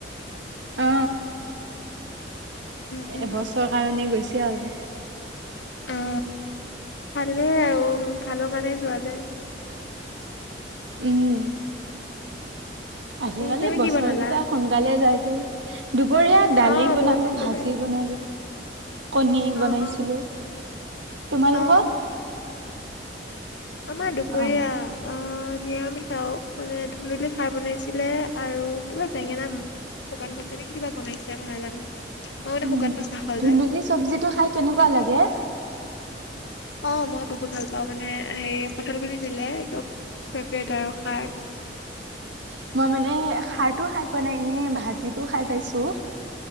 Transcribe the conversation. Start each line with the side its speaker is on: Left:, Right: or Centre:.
Right: অ,
Left: উম, উম,
Right: এবছৰ কাৰনে গৈছে। চে আৰু।
Left: অ ভালেই আৰু ভালৰ কাৰণে যোৱা যে।
Right: উম, আজিকালি
Left: উম তুমি
Right: বছৰ
Left: কি বনালা
Right: কেইটা সোনকালে যায় গে। দুপৰীয়া
Left: অ
Right: দালি বনালোঁ,
Left: বহুত দেৰিকে
Right: ভাজি
Left: যায়
Right: বনালোঁ। কণী বনাইছিলো,
Left: অ অ
Right: তোমালোকৰ?
Left: অ আমাৰ দুপৰীয়া
Right: অ
Left: অ নিৰামিষাও মানে ধুন্দুলি খাৰ বনাইছিলে আৰু কিবা বেঙেনা শুকান মাছে এ নেক কি কিবা বনাইছে মই নাজানো। মই মানে
Right: উ
Left: শুকান মাছ নাখাও
Right: ধুন্দুলী
Left: যে
Right: চব্জিটো খাই কেনেকুৱা লাগে।
Left: অ মই বহুত ভাল পাওঁ মানে হেৰি কঁঠাল, গুটি দিলে একদম ফেভৰেট আৰু- খাৰ
Right: উ মই মানে খাৰটো খাই পোৱা নাই এনে ভাজিটো খাই পাইছো।